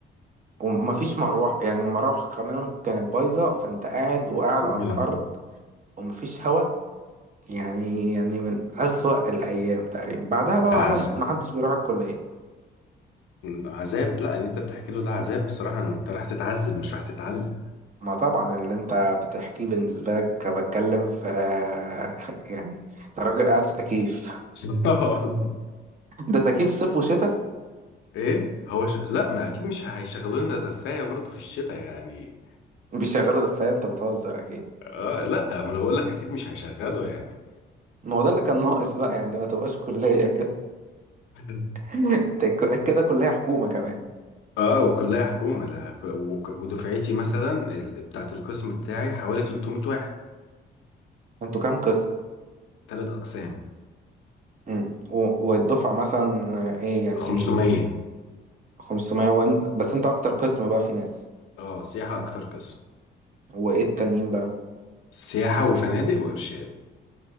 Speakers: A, on the right; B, on the left.
A: ومفيش مروح يعني المراوح كمان كانت بايظه فانت قاعد وقاعد
B: يلا
A: على الارض ومفيش هوا يعني يعني من اسوأ الايام تقريبا بعدها بقى
B: عذاب
A: ما حدش ما حدش بيروح الكليه
B: عذاب لا اللي انت بتحكي له ده عذاب بصراحة انت راح تتعذب مش راح تتعلم
A: ما طبعا اللي انت بتحكيه بالنسبة لك بتكلم في <laughs> يعني انت راجل قاعد في تكييف
B: <laughs>
A: <laughs> ده تكييف صيف وشتاء
B: ايه هو ش... لا ما اكيد مش هيشغلوا لنا زفايه برضه في الشتاء يعني
A: بيشغلوا دفاية انت بتهزر اكيد
B: اه لا ما انا بقول لك اكيد مش هيشغلوا يعني
A: ما هو ده اللي كان ناقص بقى يعني ما تبقاش كلية كده
B: <laughs>
A: <laughs> تك- كده كلية حكومة كمان
B: اه وكلها حكومه لا كل- وك- ودفعتي مثلا ال- بتاعه القسم بتاعي حوالي 300 واحد
A: انتوا كام قسم
B: ثلاث اقسام
A: امم و- والدفعة مثلا آه، ايه يعني
B: 500
A: 500 وان بس انت اكتر قسم بقى في ناس
B: اه سياحه اكتر قسم
A: وايه التانيين بقى
B: سياحه وفنادق وارشاد